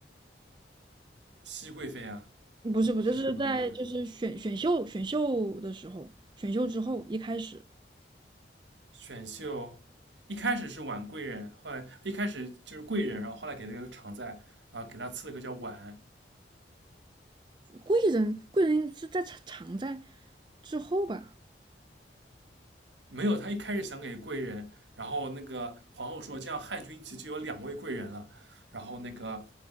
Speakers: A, on the right; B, on the right.
A: 熹贵妃啊，
B: 不是，不是，
A: 这是什么贵妃？
B: 是在就是选选秀选秀的时候，选秀之后一开始，
A: 选秀一开始是婉贵人，后来一开始就是贵人，然后后来给了个常在，然后给他赐了个叫婉，
B: 贵人贵人是在常在之后吧？
A: 没有，他一开始想给贵人，然后那个皇后说这样汉军旗就有两位贵人了，然后那个，